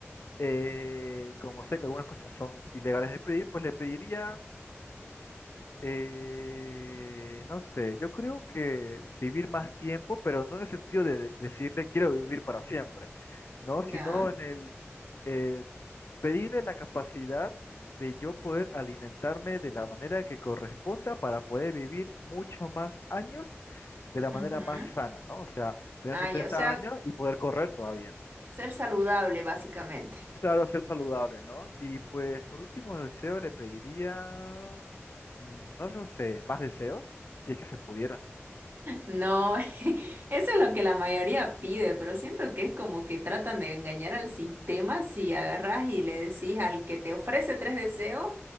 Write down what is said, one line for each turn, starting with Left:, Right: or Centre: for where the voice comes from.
Left: eh, como sé que algunas cosas son ilegales de pedir, pues le pediría, eh, no sé, yo creo que vivir más tiempo, pero no en el sentido de de- decirle quiero vivir para siempre, ¿no?
Right: ya.
Left: Sino en el... eh, pedirle la capacidad de yo poder alimentarme de la manera que corresponda para poder vivir mucho más años de la manera
Right: ujú.
Left: más sana, ¿no? O sea, tener
Right: Ah,
Left: 70
Right: ya, o sea,
Left: años y poder correr todavía.
Right: ser saludable básicamente.
Left: Es Claro, ser saludable, ¿no? Y pues por último deseo le pediría, mm, no lo sé, más deseos, si es que se pudieran.
Right: No, <laughs> eso es lo que la mayoría pide, pero siento que es como que tratan de engañar al sistema si agarras y le decís al que te ofrece tres deseos